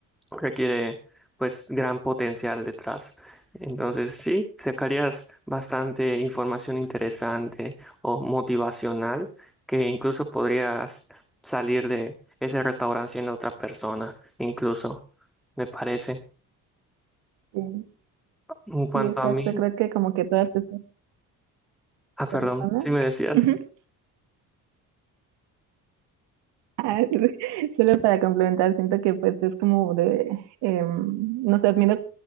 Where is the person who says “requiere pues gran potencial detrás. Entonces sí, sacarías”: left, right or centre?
Centre